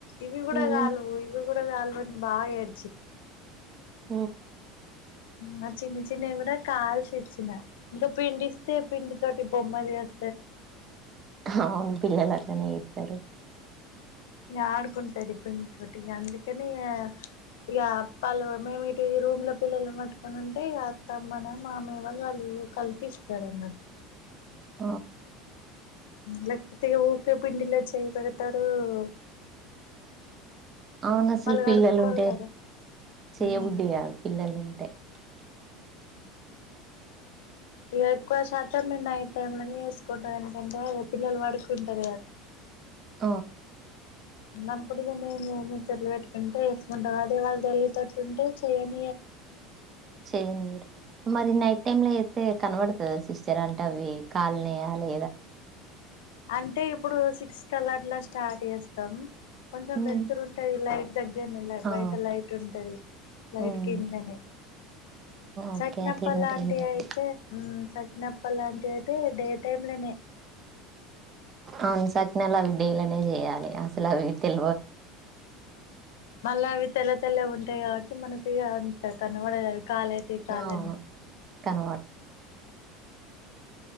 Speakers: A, on the left; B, on the right.
A: ఇవి కూడా
B: మ్మ్
A: కాలు ఇవి కూడా కూడా కలవని బాగెడ్త వచ్చింది
B: హుహు
A: నా చిన్న చిన్నవి కూడా కాల్సి ఇచ్చిన ఇంకా పిండి ఇస్తే పిండి తోటి బొమ్మల్ చేస్తదీ
B: అవును పిల్లలు అట్లనే చేత్ తారు
A: ఇగ ఆడుకుంటది పిండితోటి ఇగ అందుకనే ఇగా ఇగ వాళ్ళు మేము ఇటు రూమ్ లో పిల్లల పట్టుకొని ఉంటే ఇక అత్తమ్మ నో మామయ్య వాళ్ళు వాళ్ళు కల్పిస్తారు అన్నట్టు
B: అవునా
A: లేక పోతే ఊకే పిండిలో చేయిబెడతారు ఆ లేక్
B: అవును అసలు పిల్లలుంటే
A: కడుక్కోరు కదా
B: చేయబుద్ది
A: ఉమ్
B: కాదు పిల్లలుంటే ఏమిటి
A: ఇగా ఎక్కువ శాతం మేమ్ నైట్ టైమ్ లోనే చేసుకుంటాం ఎందుకంటే పిల్లలు పడుకుంటారు కదా
B: ఆ
A: అప్పుడిగా మేము ముచ్చట్లు పెట్టుకుంట వేసుకుంటాం అదే వాళ్ళు తెల్లి తోటి ఉంటే చేయనియ్యరు
B: చేయనీరు మరి నైట్ టైమ్ లో చేస్తే కనబడుతదా సిస్టర్ అంటే అవి కాల్ నియా లేదా అని
A: అంటే ఇప్పుడు సిక్స్ కల్లా స్టార్ట్ చేస్తాం. కొంచెం
B: మ్మ్
A: వెళ్తురు ఉంటది లైట్ దగ్గరనేల్లే
B: అవును
A: బయట లైట్ ఉంటది లైట్
B: మ్మ్
A: కిందనే
B: ఓకే
A: చకినప్ప
B: అట్లుంటే
A: లాంటివి
B: ఏం కాదు
A: అయితే హ్మ్ సకినప్ప లాంటివి అయితే డే టైమ్ లానే
B: అవును సకినాలు అవి డేలనే చేయాలె. ఎట్ల అవి తెల్వదు
A: మళ్ళ అవి తెల్ల తెల్లవుంటయి కాబట్టి మనకి అంత కనపడేది అవి కాలయితే కాలనీ
B: కనబడవ్